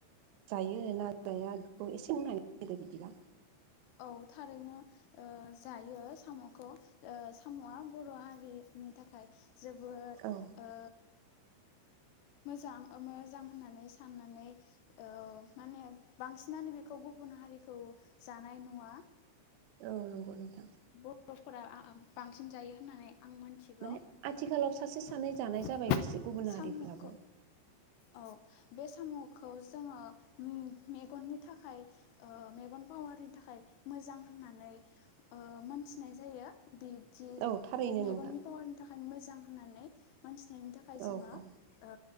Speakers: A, on the right; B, on the left.
A: जायो ना जाया बेखौ एसे बुंनानै होदो बिदिबा
B: औ थारैनो जायो साम'खौ साम'आ बर' हारिनि थाखाय जोबोर
A: औ
B: ओ मोजां ओ मोजां होननानै साननानै ओ माने बांसिनानो बेखौ गुबुन हारिखौ सो जानाय नुवा
A: औ नंगौ नोथां
B: बर'फोरा बांसिन जायो होननानै आं मिथिगौ
A: माने आथिखालाव
B: आरो
A: सासे सानै जानाय जाबाय
B: बे
A: बिसोर गुबुन हारिफोराबो
B: साम'खौ औ बे साम'खौ जोङो मेगननि थाखाय ओ मेगन पावारनि थाखाय मोजां होननानै ओ‌ मोनथिनाय जायो बिदि
A: औ थारैनो
B: मेगननि
A: नोंथां
B: पावारनि थाखाय मोजां होननानै मोनथिनायनि थाखाय
A: औ
B: जोङो ओ
A: औ